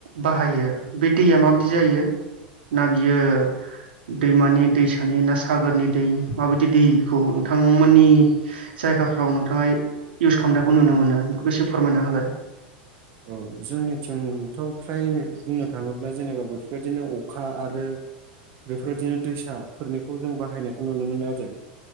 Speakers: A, on the right; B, on the right.
A: बाहायो बे दैया माबायदि जायो ना बियो दैमानि दैसानि ना सागोरनि दै माबायदि दैखौ नोंथांमोननि जायगाफ्राव नोंथाङा इउस खालामनायखौ नुनो मोनो बेखौ एसे फोरमायना होलाय
B: औ जोंनिथिंथ' फ्राय बुंनो थाङोब्ला जेनेबा बेफोरबायदिनो अखा आरो बेफोरबायदिनो दैसाफोरनिखौ जों बाहायनायखौ नुनो मोनो आरो